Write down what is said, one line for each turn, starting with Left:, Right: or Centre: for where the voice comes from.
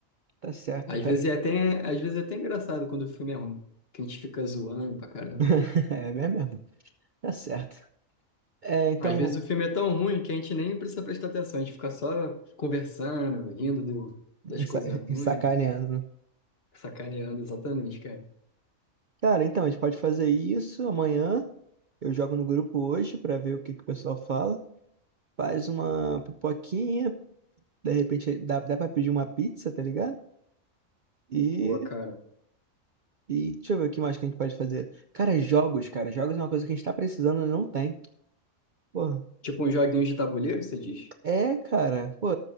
Right: Tá certo,
Left: Às
Right: até.
Left: vezes é até, às vezes é até engraçado quando o filme é ruim, que a gente fica zoando pra caramba.
Right: <laughs> É mesmo. Tá certo. É, então,
Left: Às vezes o filme é tão ruim que a gente nem precisa prestar atenção, a gente fica só conversando, rindo do, das
Right: sa-
Left: coisas ruins,
Right: sacaneando.
Left: sacaneando, exatamente, cara.
Right: Cara, então, a gente pode fazer isso amanhã. Eu jogo no grupo hoje pra ver o que que o pessoal fala. Faz uma pipoquinha, de repente dá, dá pra pedir uma pizza, tá ligado? E
Left: Boa, cara.
Right: E deixa eu ver o que mais que a gente pode fazer. Cara, jogos, cara. Jogos é uma coisa que a gente tá precisando e não tem. Pô,
Left: Tipo um joguinho de tabuleiro, você diz?
Right: é, cara. Pô,